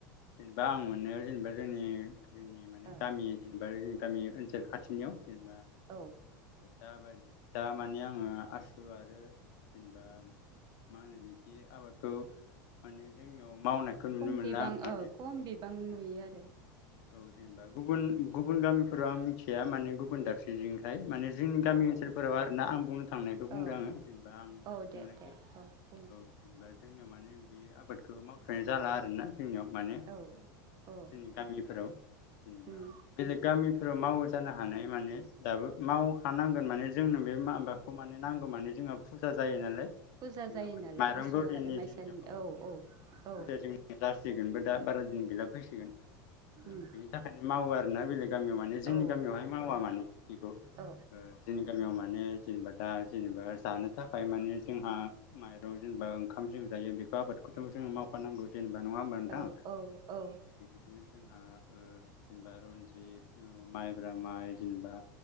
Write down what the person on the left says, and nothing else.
जेनेबा आं मोननायाव जेनेबा जोंनि जोंनि माने
गामि जेनेबा जोंनि गामि ओनसोल खाथिनियाव जेनेबा
दााय दा माने आङो आसु आरो जेनेबा मा होनो बिदि आबादखौ माने जोंनियाव मावनायखौ नुनो
मोनला
आं माने
औ जों
औ जेनेबा गुबुन गुबुन गामिफोराव आं मिथिया माने गुबुन दाबसेजोंहाय माने जोंनि गामि
ओनसोलाव आर आरो न आं बुंनो थांनायखौ बुंदों
आङो जेनेबा आं
नुनायखौ
औ जेनेबा जोंनियाव माने बे आबादखौ मावथ्रनाय जाला आरोना जोंनियाव माने
जोंनि गामि फोराव जेनेबा
बेलेग गामि फोर माव जानो हानाय माने दाबो मावखानांगोन माने जोंनो बे माबाखौ माने नांगौ माने जोंहा फुजा जायो नालाय
जोंहा
माने
माइरं
गलिनि
जोंनि औ औ
बे
फुजाया जों जासिगोनबो बन गै फैसिगनि अ
बेनि थाखायनो मावो आरोना बेलेग गामियाव माने जोंनि
गामियावहाय मावा माने बेखौ
जोंनि गामियाव माने जेनेबा दा जेनेबा जानो थाखाय माने जोंहा माइरं जेनेबा ओंखाम ज जायो बेखौ आबाद थ' जोङो मावफानांगौ जेनेबा नङा होमबा नोंथां
बिदिनो जोंहा जेनेबा रनजित माइब्रा माइ जेनेबा